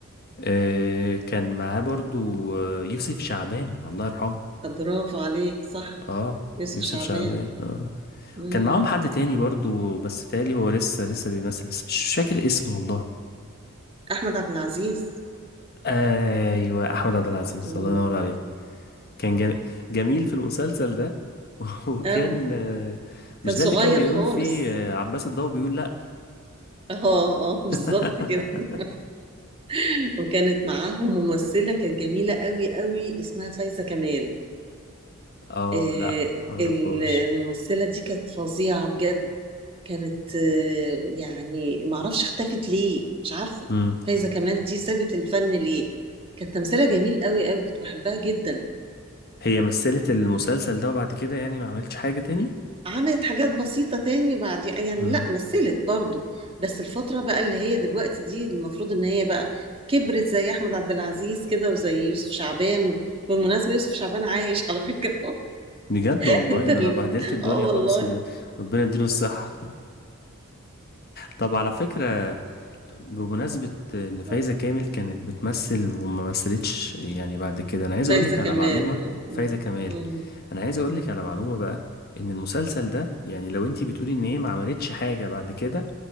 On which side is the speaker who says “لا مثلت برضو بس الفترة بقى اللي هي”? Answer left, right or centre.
Right